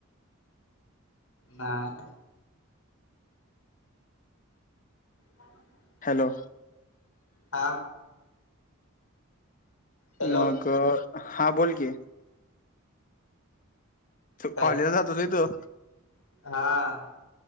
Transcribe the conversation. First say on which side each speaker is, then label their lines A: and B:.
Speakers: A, on the left; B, on the left.
A: नाय. काय बोलला?
B: हॅलो
A: हा हॅलो
B: मग हा बोल की, तु
A: काय
B: कॉलेजला जातोस होय तु
A: हा